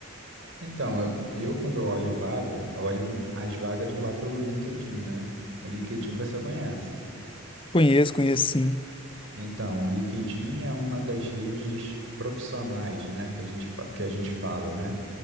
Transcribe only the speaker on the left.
Conheço, conheço sim.